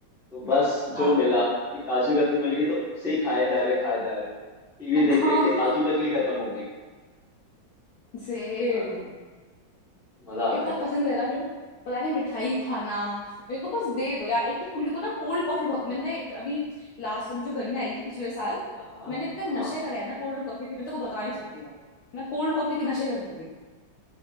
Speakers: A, in the centre; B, on the left.
A: तो बस
B: हाँ
A: जो मिला कभी काजू कतली मिल गई तो उसे ही खाए जा रहे खाए जा रहे टीवी देखते
B: हाँ
A: देखते काजू कतली खत्म हो गई
B: सेम
A: यार मजा आता
B: इतना
A: है
B: पसंद है ना मेरे को पता नहीं मिठाई खाना मेरे को बस दे दो यार एक तो मेरे को ना कोल्ड कॉफी बहुत मैंने इत- अभी लास्ट अभी जो गर्मी आई थी पिछले साल
A: हाँ हाँ
B: मैंने इतने नशे
A: हाँ हाँ।
B: करे हैं ना कोल्ड कॉफी के मैं तेरे को बता नहीं सकती मैं मैं कोल्ड कॉफी के नशे करती थी